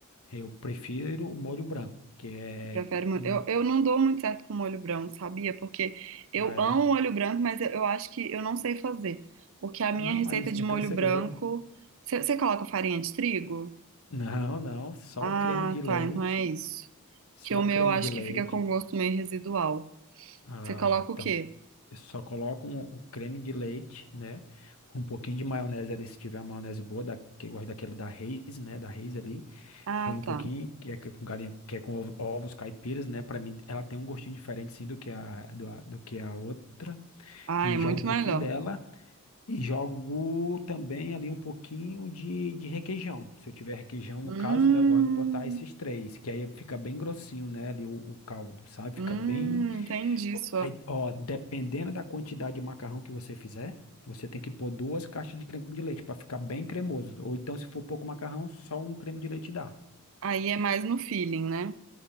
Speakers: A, on the left (about 70°); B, on the right (about 60°).
A: Eu prefiro o molho branco, que é
B: Prefere molho.
A: um.
B: Eu, eu não dou muito certo com molho branco, sabia? Porque eu
A: Ah, é?
B: amo molho branco, mas eu, eu acho que eu não sei fazer. Porque a minha
A: Não,
B: receita
A: mas
B: de
A: não
B: molho
A: tem segredo.
B: branco. Você você coloca farinha de trigo?
A: Não, não, só
B: Ah,
A: creme de leite,
B: tá. Então é isso.
A: só
B: Que o meu
A: creme
B: eu acho
A: de leite.
B: que fica com gosto meio residual.
A: Ah,
B: Você coloca
A: então
B: o quê?
A: Eu só coloco um, um creme de leite, né? Um pouquinho de maionese ali, se tiver uma maionese boa, da, que eu gosto daquela da Reis, né? Da Reis ali.
B: Ah,
A: Põe um pouquinho,
B: tá.
A: que é com galinha, que é com ovo- ovos caipiras, né? Pra mim, ela tem um gostinho diferente, sim, do que a, do, a- do que a outra.
B: Ah,
A: E
B: é muito
A: jogo um pouquinho
B: melhor.
A: dela. E jogo também ali um pouquinho de, de requeijão. Se eu tiver requeijão,
B: Hum,
A: no caso, né? Eu gosto de botar esses três, que aí fica bem grossinho, né? Ali o, o caldo, sabe?
B: hum,
A: Fica bem.
B: entendi sua.
A: Aí, ó, dependendo da quantidade de macarrão que você fizer, você tem que pôr duas caixas de creme de leite para ficar bem cremoso. Ou então, se for pouco macarrão, só um creme de leite dá.
B: Aí é mais no feeling, né?